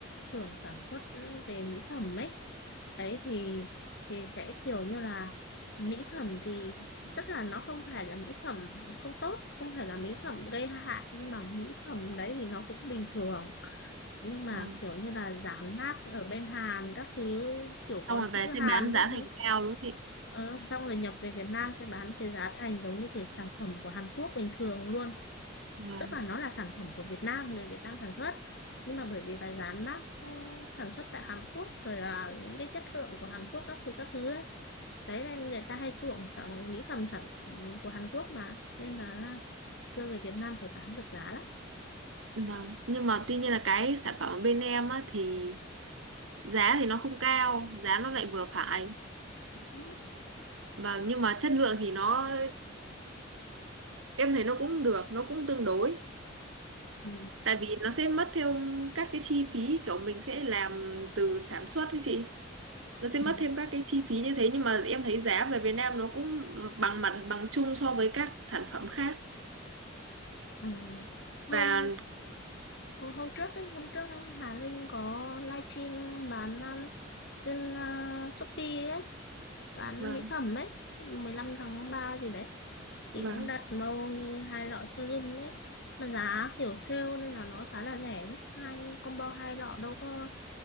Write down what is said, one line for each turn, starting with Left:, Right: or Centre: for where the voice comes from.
Left: xưởng sản xuất về mỹ phẩm ấy đấy thì thì sẽ kiểu như là mỹ phẩm thì tức là nó không phải là mỹ phẩm không tốt không phải là mỹ phẩm gây hại nhưng mà mỹ phẩm đấy thì nó cũng bình thường nhưng mà
Right: vâng
Left: kiểu như là dán mác ở bên Hàn các thứ kiểu có
Right: xong rồi về
Left: chữ
Right: sẽ bán
Left: Hàn
Right: giá
Left: các
Right: thành
Left: thứ
Right: cao đúng không chị
Left: ờ, xong rồi nhập về Việt Nam sẽ bán cái giá thành giống như cái sản phẩm của Hàn Quốc bình thường luôn
Right: vâng
Left: tức là nó là sản phẩm của Việt Nam người Việt Nam sản xuất nhưng mà bởi vì là dán mác ừ, sản xuất tại Hàn Quốc rồi là những cái chất lượng của Hàn Quốc các thứ các thứ ấy. đấy nên người ta hay chuộng sản mỹ phẩm sản phẩm của Hàn Quốc mà nên là đưa về Việt Nam thì bán được giá lắm
Right: Vâng, nhưng mà tuy nhiên là cái sản phẩm ở bên em á, thì giá thì nó không cao, giá nó lại vừa phải.
Left: ừ.
Right: Vâng, nhưng mà chất lượng thì nó em thấy nó cũng được, nó cũng tương đối.
Left: Ừ.
Right: Tại vì nó sẽ mất theo các cái chi phí kiểu mình sẽ làm từ sản xuất ấy chị. Nó sẽ mất
Left: Ừ.
Right: thêm các cái chi phí như thế nhưng mà em thấy giá về Việt Nam nó cũng bằng mặt bằng chung so với các sản phẩm khác.
Left: Ừ. Hôm
Right: Và
Left: Ừ, Hôm trước ấy, hôm trước Hà Linh có livestream bán um, trên ờ, Shopee ấy, bán
Right: vâng,
Left: mỹ phẩm ấy, 15 tháng 3 gì đấy. Chị
Right: vâng.
Left: cũng đặt màu như hai lọ serum đấy. Mà giá kiểu sale nên là nó khá là rẻ. Hai combo hai lọ đâu có